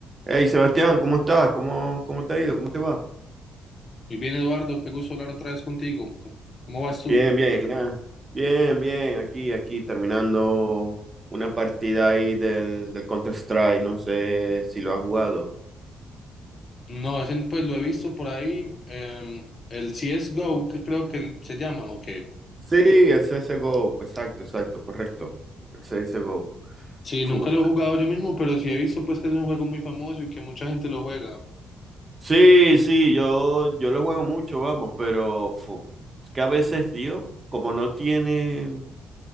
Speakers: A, on the right; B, on the left.
A: Hey Sebastián, ¿cómo estás? ¿Cómo, cómo te ha ido? ¿Cómo te va?
B: Muy bien, Eduardo, qué gusto hablar otra vez contigo. ¿Cómo, cómo vas tú?
A: Bien, bien, nada. Bien, bien, aquí, aquí, terminando una partida ahí del, del Counter-Strike, no sé si lo has jugado.
B: No, ese, pues lo he visto por ahí, eh, el CSGO, que creo que se llama, o qué.
A: Sí, el CSGO, exacto, exacto, correcto. El CSGO.
B: Sí,
A: Fu,
B: nunca lo
A: pues.
B: he jugado yo mismo, pero sí he visto pues que es un juego muy famoso y que mucha gente lo juega.
A: Sí, sí, yo, yo lo juego mucho, vamos, pero fu, es que a veces, tío, como no tiene,